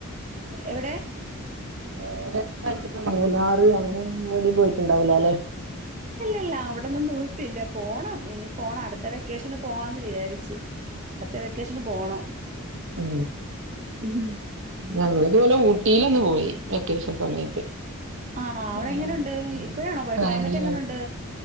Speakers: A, on the right; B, on the right.
A: എവിടെ
B: ദൂരെസ്ഥലത്ത്ക്ക് മൂന്നാറ് അങ്ങനൊടി പോയിട്ടുണ്ടാവൂലല്ലേ
A: ല്ല അവിടൊന്നും പോയിട്ടില്ല പോണം ഇനി പോണം അടുത്ത വെക്കേഷന് പോവാന്ന് വിചാരിച്ച് അത്തെ വെക്കേഷന് പോണം
B: ഉ
A: ഉം
B: ഞങ്ങൾ ഇതുപലെ ഊട്ടിയിലൊന്ന് പോയി വെക്കേഷൻ സമയത്ത്
A: ആണോ അവിടെ
B: ഉം
A: എങ്ങനുണ്ട്
B: ഉം
A: ഇപ്പഴാണോ പോയ
B: ഫാമിലിയായിട്ട്
A: ക്ലൈമറ്റ് എങ്ങനുണ്ട്